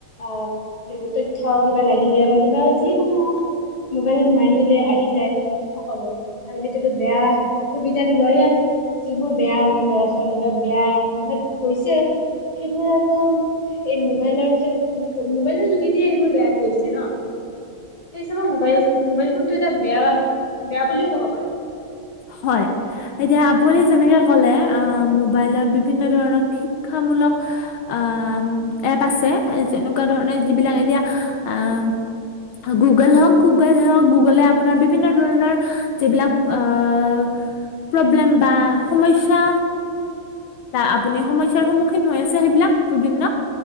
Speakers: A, on the left; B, on the left.
A: আহ' তথ্য কিবা লাগিলে বা কিবা যি কোনো- মোবাইলত মাৰি দিলে আহি যায়। সকলো আৰু সেইটোতো বেয়া সুবিধাটো লয়ে। যিবোৰ বেয়া ল'ৰা ছোৱালী বা বেয়া কথাত গৈছে সেইবোৰতো- এই মোবাইলৰ ক্ষেত, মোবাইলৰ যোগেদিয়ে এইবোৰ বেয়াত গৈছে ন। সেই হিচাপত মোবাইল, মোবাইল ফোনটো এটা বেয়া বেয়া বুলিও ক'ব পাৰোঁ।
B: হয়। এতিয়া আপুনি যেনেকে ক'লে আহ' মোবাইলত বিভিন্ন ধৰণৰ শিক্ষামূলক- আহ' এপ আছে যেনেকুৱা ধৰণে যিবিলাক এতিয়া আম- গুগল হওঁক গুগল হওক, গুগলে আপোনাৰ বিভিন্ন ধৰণৰ যিবিলাক- আহ'- প্ৰব্লেম বা সমস্যা আপুনি সমস্যাৰ সন্মুখীন হৈ আছে সেইবিলাক- বিভিন্ন